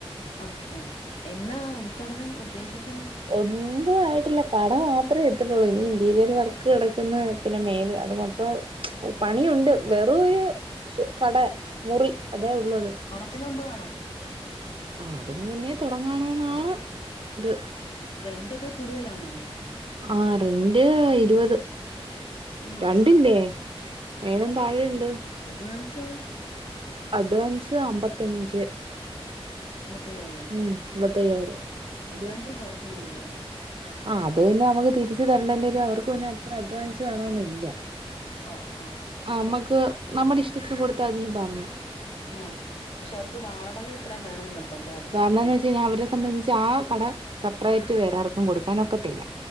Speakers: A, on the left; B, on the right.
A: അഹ് ഓ എന്നാ ഉൽഘാടനം ഉദ്ദേശിക്കുന്നേ
B: ഒന്നും ആയിട്ടില്ല കട മാത്രെ എടുത്തിട്ടുള്ളൂ ഇനി ഇന്റീരിയർ വർക്ക് കിടക്കുന്ന് ത്തിന് മേല് അത് മൊത്തം പണിയുണ്ട് വെറെ <unintelligible> കട മുറി അതെ ഉള്ളത്
A: ഇതിന് മുമ്പ് കാണോ
B: ആ അതിന് മുന്നേ തൊടങ്ങണന്നാണ് ഇത്
A: റെന്റെക്കെ കൂടുതലാണോ
B: ആ റെന്റ് ഇരുവത്
A: ഒരു മാസം
B: രണ്ടില്ലേ മേലും താഴെ ഇണ്ട്
A: അഡ്വാൻസോ
B: അഡ്വാൻസ് അമ്പ ത്തഞ്ച്
A: അമ്പത്തയ്യായിരോ
B: ഉം അമ്പത്തയ്യായിരം <unintelligible>
A: അഡ്വാൻസ് കൊറച്ച് മതിയോ
B: ആ അത് പിന്നെ നമുക്ക് തിര്ച് തര്ണ്ടന്റരും അവർക്ക് പിന്നെ അത്ര അഡ്വാൻസ് വേണമന്നില്ല
A: ആഹ് ആഹ്
B: അമ്മക്ക് നമ്മടെ ഇഷ്ടത്തിൽ കൊടുത്ത മതീന്ന് പർഞ്ഞു
A: ആഹ് പക്ഷെ അവർക്ക് വാടക ഇത്രേം വേണം നിർബന്ധ ല്ലേ
B: കാരണം ന്ന് വെച് കഴിഞ്ഞാ അവരെ സംബന്ധിച്ച് ആ കട സപ്പറേറ്റ് വേറെ ആർക്കും കൊടുക്കാനൊക്കത്തില്ല